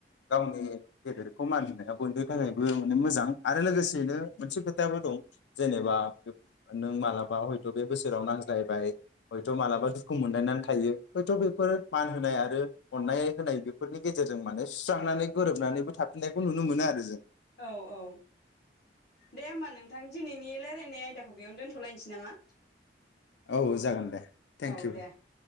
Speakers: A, on the left; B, on the left.
A: गावनि गेदेरखौ मानिनाया बयनि थाखायबो माने मोजां आरो लोगोसेयैनो मोनसे खोथायाबो दं जेनेबा नों मालाबा हयथ बे बोसोराव नांज्लायबाय हयथ मालाबा दुखु मोनलायनानै थायो हयथ बेफोर मान होनाय आरो अननाय होनाय बेफोरनि गेजेरजों माने सुस्रांनानै गोरोबनानैबो थाफिननायखौ नुनो मोनोआरो जों
B: औ औ दे होमबा नोंथां दिनैनि रायलायनाय आयदाखौ बेयावनो दोनथलायनोसै नामा
A: औ जागोन दे थेंक
B: औ
A: इउ
B: दे